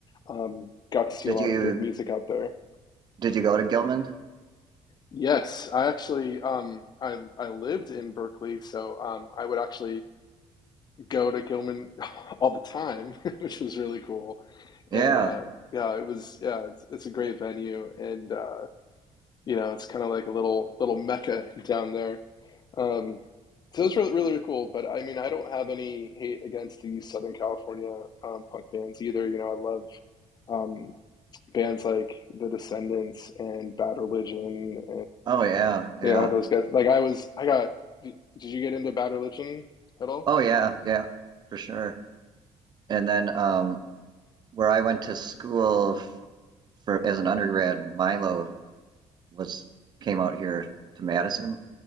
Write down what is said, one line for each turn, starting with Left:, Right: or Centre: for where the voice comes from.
Left: um, got to see
Right: Did
Left: a lot
Right: you
Left: of good music out there.
Right: did you go to Gilman?
Left: Yes, I actually um I I lived in Berkeley, so um I would actually go to Gilman <laughs> all the time, <laughs> which was really cool.
Right: Yeah.
Left: And uh yeah, it was yeah, it's, it's a great venue and uh you know, it's kind of like a little little mecca <laughs> down there. Um so it's really really really cool, but I mean, I don't have any hate against the Southern California um punk bands either. You know, I love um bands like The Descendants and Bad Religion
Right: Oh yeah, yeah.
Left: yeah, all those guys. Like I was, I got. Did, did you get into Bad Religion at all?
Right: Oh yeah, yeah, for sure. And then um where I went to school f for as an undergrad, Milo was came out here to Madison